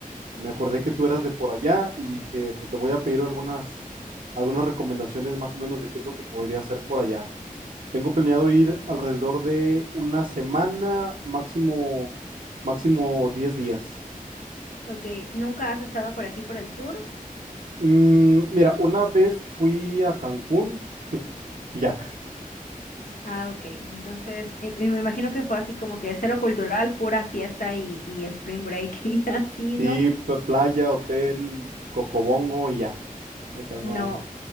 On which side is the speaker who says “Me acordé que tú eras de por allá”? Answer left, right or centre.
Right